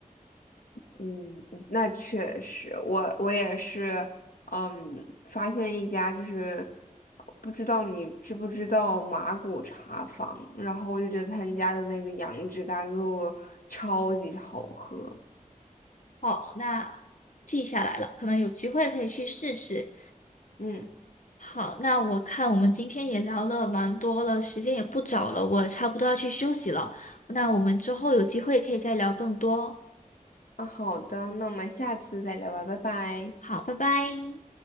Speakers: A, on the left (about 75°); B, on the left (about 60°).
A: 嗯，嗯那确实，我我也是，嗯，发现一家就是不知道你知不知道马古茶坊，然后我就觉得他们家的那个杨枝甘露超级好喝。
B: 好，那记下来了，可能有机会可以去试试。
A: 嗯，
B: 好，那我看我们今天也聊了蛮多了，时间也不早了，我差不多要去休息了。那我们之后有机会可以再聊更多。
A: 那好的，那我们下次再聊吧，拜拜。
B: 好，拜拜。